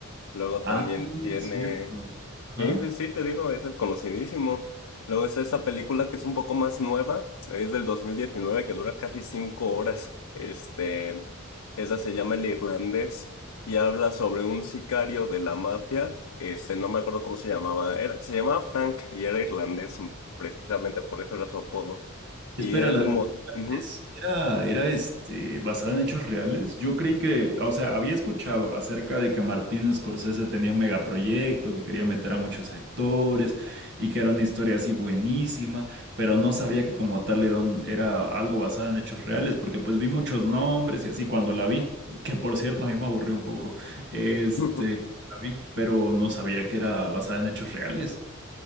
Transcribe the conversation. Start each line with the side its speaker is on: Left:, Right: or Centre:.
Left: Luego
Right: Ah,
Left: también tiene
Right: es cierto. Ajá.
Left: Sí, sí, sí, te digo, ese es conocidísimo. Luego está esta película que es un poco más nueva, es del 2019, que dura casi cinco horas. Este, esa se llama El Irlandés y habla sobre un sicario de la mafia. Este, no me acuerdo cómo se llamaba. Era- se llamaba Frank y era irlandés, precisamente por eso era su apodo. Y
Right: Espera,
Left: él...
Right: la de
Left: mo-
Right: la-
Left: Ujú.
Right: es- era, era este, basada en hechos reales. Yo creí que, o sea, había escuchado acerca de que Martin Scorsese tenía un megaproyecto, que quería meter a muchos actores y que era una historia así buenísima, pero no sabía que como tal era, un- era algo basado en hechos reales, porque pues vi muchos nombres y así cuando la vi, que por cierto a mí me aburrió un poco, este,
Left: <laughs>
Right: cuando la vi, pero no sabía que era basada en hechos reales.